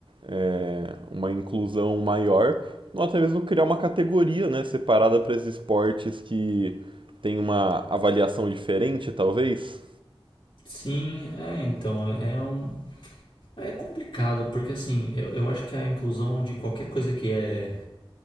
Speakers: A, on the right; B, on the left.
A: é, uma inclusão maior, ou até mesmo criar uma categoria, né, separada para esses esportes que tem uma avaliação diferente, talvez?
B: sim, é, então, é, é um. É complicado, porque assim, eu, eu acho que a inclusão de qualquer coisa que é.